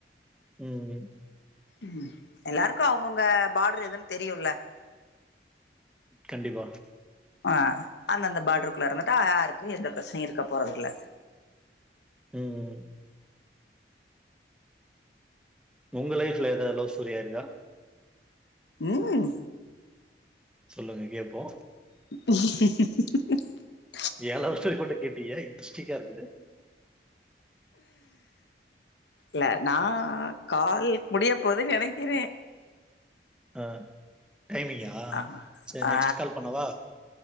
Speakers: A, in the centre; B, on the left.
A: ம் ம்
B: ம் எல்லாருக்கு அவங்கவுங்க பார்டர் எதுன்னு தெரியுல.
A: கண்டிப்பா
B: ஆ, அந்தந்த பார்ட்ரு குள்ளர மட்டு யாருக்கு எந்த பிரச்சனையு இருக்க போறதில்ல.
A: ம்ம் உங்க லைஃப்ல ஏதாவது லவ் ஸ்டோரி ஆயிருக்கா.
B: ம்
A: சொல்லுங்க கேப்போ.
B: <inaudible>
A: ஏ லவ் ஸ்டோரி மட்டு கேப்பபீங்க <inaudible> இருக்குது.
B: இல்ல நா கால் முடிய போதுன்னு நெனக்கிறே
A: அஹ டைமிங்கா
B: ஆ
A: சேரி
B: ஆ
A: நெக்ஸ்ட் கால் பண்ணவா